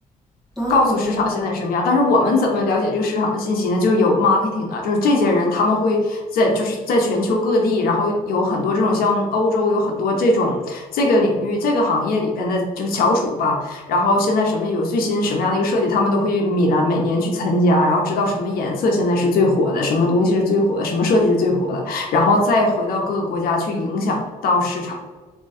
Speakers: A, in the centre; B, on the left.
A: 哦，
B: 告诉市场现在什么样。
A: 明白。
B: 但是我们怎么了解这个市场的信息呢？就是有 marketing 啊，就是这些人他们会在就是在全球各地，然后有很多这种像欧洲有很多这种这个领域这个行业里边的就是翘楚吧。然后现在什么有最新什么样的一个设计，他们都会去米兰每年去参加，然后知道什么颜色现在是最火的，什么东西是最火的，什么设计是最火的，然后再回到各个国家去影响到市场。